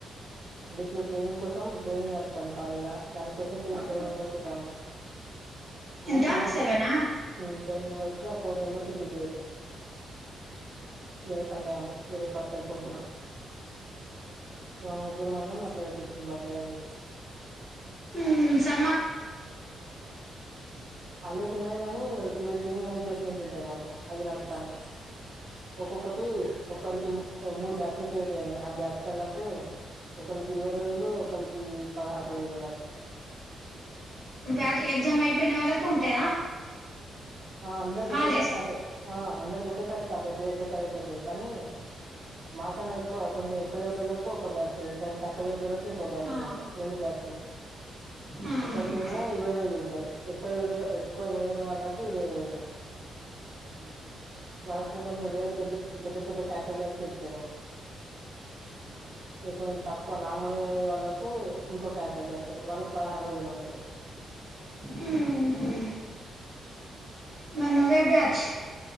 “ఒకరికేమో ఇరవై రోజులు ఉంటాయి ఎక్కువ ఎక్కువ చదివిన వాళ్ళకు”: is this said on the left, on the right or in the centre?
Right